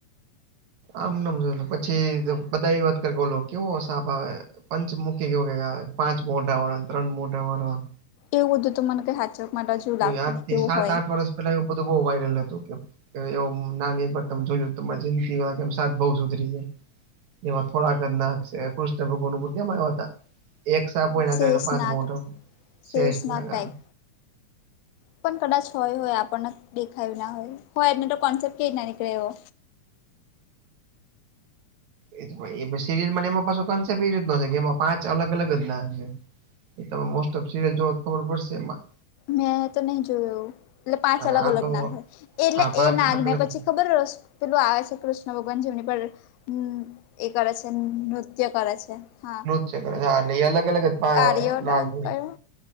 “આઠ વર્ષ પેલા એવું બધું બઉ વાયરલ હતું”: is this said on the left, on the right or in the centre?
Right